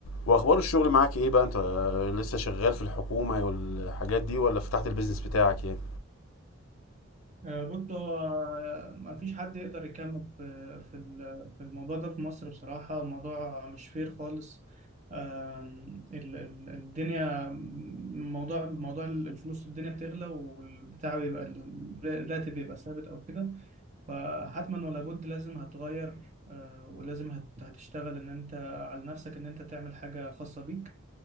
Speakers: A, on the left; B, on the right.
A: واخبار الشغل معاك ايه بقى انت آه، لسه شغال في الحكومة والحاجات دي ولا فتحت البيزنس بتاعك يعني
B: آه، بص هو ما فيش حد يقدر يكمل في في ال- في الموضوع ده في مصر بصراحة موضوع مش فير خالص آم، ال- ال- الدنيا موضوع موضوع الفلوس الدنيا بتغلى والبتاع بيبقى ال- الراتب بيبقى ثابت أو كده فحتما ولا بد لازم هتغير آه، ولازم هت- هتشتغل إن أنت على نفسك إن أنت تعمل حاجة خاصة بيك